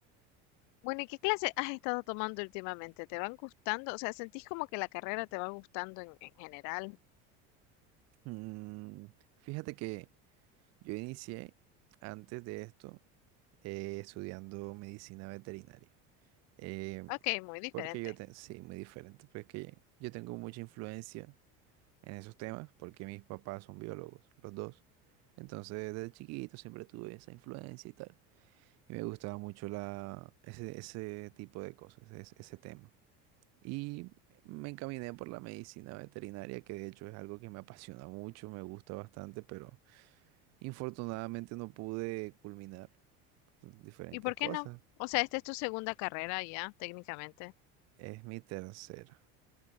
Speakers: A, on the left (about 70°); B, on the right (about 60°).
A: Bueno, ¿y qué clase has estado tomando últimamente? ¿Te van gustando? O sea, ¿sentís como que la carrera te va gustando en, en general?
B: Mm, fíjate que yo inicié antes de esto eh, estudiando medicina veterinaria. Eh,
A: Ok, muy diferente.
B: porque yo, te- sí, muy diferente, pero es que yo tengo mucha influencia en esos temas porque mis papás son biólogos, los dos. Entonces, desde chiquito siempre tuve esa influencia y tal. Y me gustaba mucho la, ese, ese tipo de cosas, ese, ese tema. Y me encaminé por la medicina veterinaria, que de hecho es algo que me apasiona mucho, me gusta bastante, pero infortunadamente no pude culminar diferentes
A: ¿Y por
B: cosas.
A: qué no? O sea, esta es tu segunda carrera ya, técnicamente.
B: Es mi tercera.